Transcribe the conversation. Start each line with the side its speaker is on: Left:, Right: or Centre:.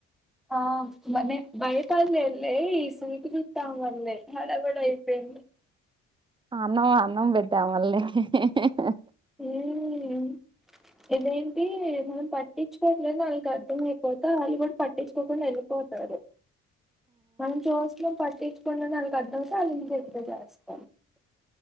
Centre: ఆ మన బయట అల్లేలై స్వీటీ గుట్ట అల్లేలై హడావిడి అయిపోయిందిడి
Right: అన్న బట్టమల్లే హా హా హా
Centre: హ్మ్. ఇదేంటి మనం పట్టించుకోవట్లేదు వాళకు అర్థమ పోతే వాళ్ళు కూడా పట్టించుకోకుండా వెళ్ళిపోతారు మనం చూసినం పటి ప నాలు అడ్డాతే అల్లు నిన్ను చెస్త